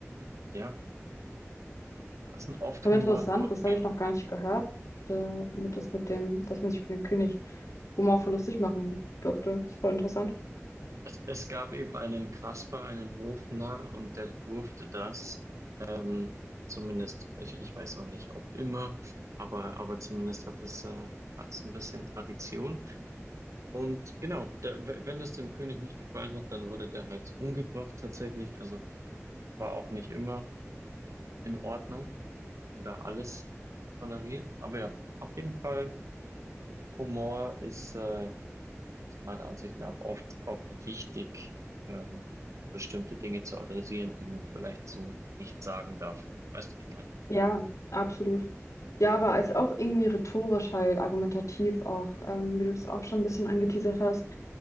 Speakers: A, on the right; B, on the left.
A: ja, lassen oft
B: voll
A: Humor
B: interessant,
A: durchgehen.
B: das habe ich noch gar nicht gehört, äh, mit, das mit dem, dass man sich mit den König humorvoll lustig machen durfte. Ist voll interessant.
A: Es, es gab eben einen Kasper, einen Hofnarr, und der durfte das. Ähm, zumindest, ich, ich weiß auch nicht, ob immer, aber, aber zumindest hat es, äh, hat es ein bisschen Tradition. Und genau, der, w- wenn das dem König nicht gefallen hat, dann wurde der halt umgebracht tatsächlich. Also war auch nicht immer in Ordnung oder alles toleriert. Aber ja, auf jeden Fall, Humor ist, äh, ist meiner Ansicht nach oft auch wichtig, ähm, bestimmte Dinge zu adressieren, die man vielleicht so nicht sagen darf. Weißt du, wie ich meine?
B: Ja, absolut. Ja, aber es ist auch irgendwie rhetorisch halt, argumentativ auch, ähm, wie du es auch schon ein bisschen angeteasert hast,